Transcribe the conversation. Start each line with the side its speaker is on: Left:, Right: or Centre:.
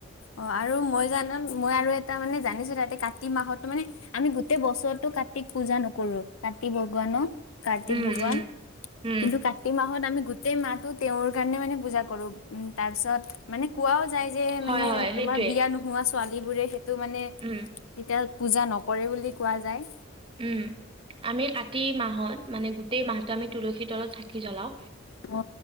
Left: অ আৰু মই জানো মই আৰু এটা মানে জানিছো তাতে কাট কাতি মাহতো মানে আমি গোটেই বছৰতো কাতিক পূজা নকৰো কাতি ভগৱানক কাৰ্তিক
Right: উম
Left: ভগৱান
Right: উম উম
Left: কিন্তু কাতি মাহত আমি গোটেই মাহটো তেওঁৰ কাৰণে মানে পূজা কৰো। উম তাৰ পিছত মানে কোৱাও যায় যে
Right: হয়
Left: মানে
Right: হয়
Left: তোমাৰ
Right: সেইটোৱে
Left: বিয়া নোহোৱা ছোৱালী বোৰে সেইটো মানে কেতিয়াও
Right: উম
Left: পূজা নকৰে বুলি কোৱা যায়।
Right: উম আমি কাতি মাহত মানে গোটেই মাহটো আমি তুলসীৰ তলত চাকি জ্বলাও।
Left: অ